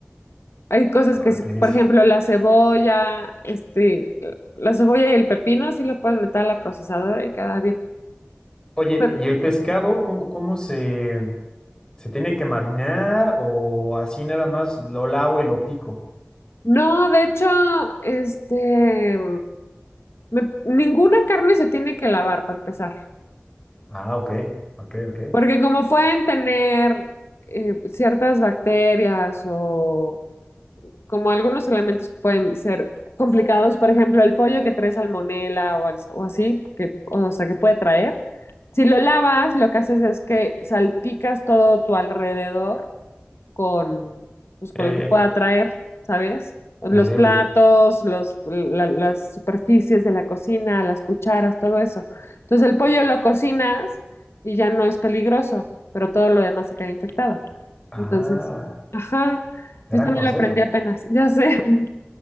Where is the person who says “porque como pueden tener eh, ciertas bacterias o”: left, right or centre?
Left